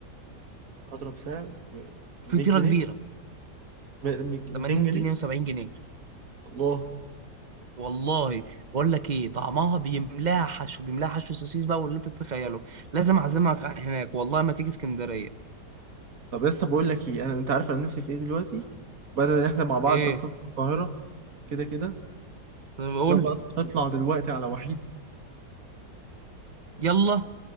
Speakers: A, on the right (about 55°); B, on the right (about 35°).
A: اضرب سعر ب
B: فطيره
A: 100 جنيه
B: كبيره
A: م- 200
B: 80
A: جنيه
B: جنيه و70 جنيه
A: والله
B: والله بقول لك ايه طعمها بيملاها حشو بيملاها حشو سوسيس بقى واللي انت تتخيله لازم اعزمك هناك والله ما تيجي اسكندريه
A: طب لسه بقول لك ايه انا انت عارف انا نفسي في ايه دلوقتي بدل ان احنا مع بعض
B: ايه
A: اصلا في القاهره كده كده
B: طب قول
A: يلا
B: لي
A: أصلاً نطلع دلوقتي على وحيد
B: يلا